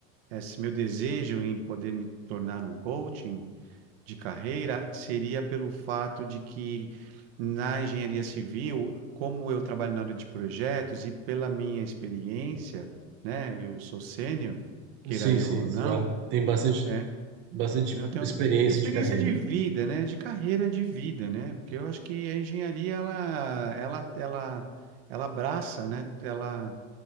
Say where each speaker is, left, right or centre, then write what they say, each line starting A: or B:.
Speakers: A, on the right; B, on the right.
A: esse meu desejo em poder me tornar um coaching de carreira seria pelo fato de que na engenharia civil, como eu trabalho na área de projetos e pela minha experiência, né, eu sou sênior, queira
B: Sim,
A: eu
B: sim,
A: ou não,
B: já tem bastante,
A: é,
B: bastante
A: eu tenho
B: experiência
A: experiência
B: de carreira.
A: de vida, né, de carreira de vida, né, porque eu acho que a engenharia ela ela ela ela abraça, né, ela